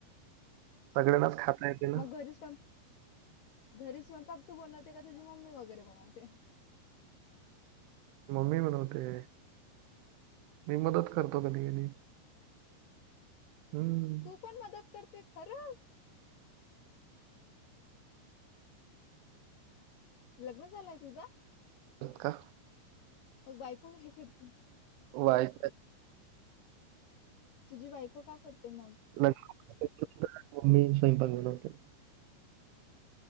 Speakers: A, on the right; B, on the left.
A: सगळ्यांनाच खाता येते ना.
B: मग घरीच सप घरी स्वयंपाक तू बनवते, का तुझी मम्मी वगैरे बनवते.
A: मम्मी बनवते. मी मदत करतो कधी कधी हम्म!
B: त पण मदत करते खरच. लग्न झालंय तुझ?
A: हो का.
B: मग बायको काय करते.
A: वाईट
B: तुझी बायको काय् करते मग,
A: <unintelligible> मम्मि स्वयंपाक बनवते.